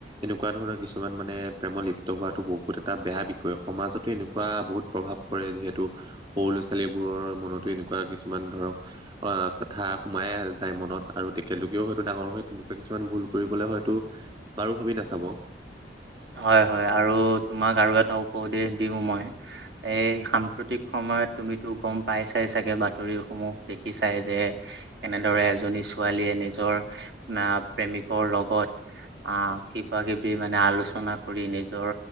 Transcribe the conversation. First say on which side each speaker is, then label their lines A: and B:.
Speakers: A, on the right; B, on the right.
A: এনেকুৱা ধৰণৰ কিছুমান মানে প্ৰেম লিপ্ত হোৱাটো বহুত এটা বেয়া বিষয় সমাজতো এনেকুৱা বহুত প্ৰভাৱ পৰে যিহেতু সৰু ল'ৰা ছোৱালীবোৰৰ মনতো এনেকুৱা কিছুমান ধৰক অ' কথা সোমাই যায় মনত আৰু তেখেতলোকেও হয়তো ডাঙৰ হৈ তেনেকুৱা কিছুমান ভুল কৰিবলৈ হয়তো বাৰু ভাবি নাচাব।
B: হয় হয় আৰু তোমাক আৰু এটা উপদেশ দিও মই এই সাম্প্ৰতিক সময়ত তুমিতো গম পাইছাই চাগে বাতৰিসমূহ দেখিছাই যে এনেদৰে এজনী ছোৱালীয়ে নিজৰ না প্ৰেমিকৰ লগত আ কিবা কিবি মানে আলোচ চনা কৰি নিজৰ